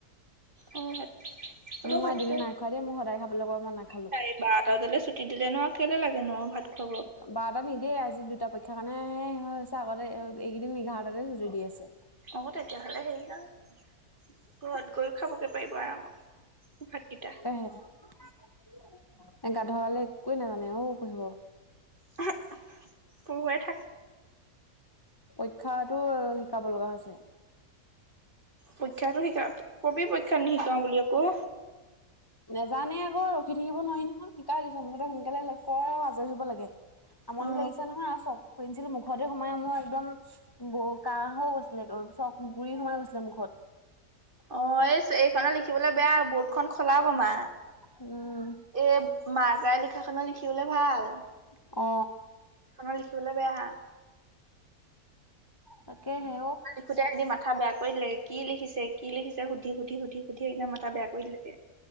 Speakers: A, on the right; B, on the left.
A: অ ভাত হ'লেও
B: মই
A: ভাতটো
B: এদিনো নাই খোৱা দেই মোক সদায় খাবলৈ ক‌য় মই নাখালো
A: চাৰে বাৰটা বজালে ছুটী দিলেনো কেলে লাগেনো আৰু ভাত খুৱাব।
B: <inaudible> আগত নিদিয়েই আজি দুটা পৰীক্ষা কাৰণেহে হৈছে আগতে ইকেইদিন এঘাৰটাতে চুটি দি আছে
A: অ তেতিয়াহলে হেৰি নাই ঘৰত গৈও খাবগৈ পাৰিব আৰামত ভাতকেইটা।
B: <inaudible> এই গাধডালে একোৱে নাজানে অ পঢ়িব
A: <unintelligible> পঢ়ুৱাই থাক
B: পৰীক্ষাতো শিকাব লগা হৈছে
A: পৰীক্ষাটো শিকা কবি পৰীক্ষাত নিশিকাও বুলি আকৌ
B: নেজানেই একো ৰখি থাকিব নোৱাৰি নহয় শিকাই লৈছো মুঠতে সোনকালে লে কৰ আৰু আজৰি হ'ব লাগে আমনি
A: অ
B: লাগিছে নহয় চক পেঞ্চিল মুখত এ সোমাই সোমাই একদম ব কাঁহ হৈ গৈছিলে চক গুৰি সোমাই গৈছিলে মুখত
A: অ এই এইখনত লিখিবলৈ বেয়া বৰ্ডখন খলাবমা
B: উম
A: এ মাৰ্কাৰেৰে লিখাখনত লিখিবলৈ ভাল
B: অ
A: এখনত লিখিবলৈ বেয়া
B: তাকেহে অ
A: সুধি আজি মাথা বেয়া কৰি বেয়া কৰি দিলে কি লিখিছে কি লিখিছে সুধি সুধি সুধি সুধি একদম মাথা বেয়া কৰি দিলে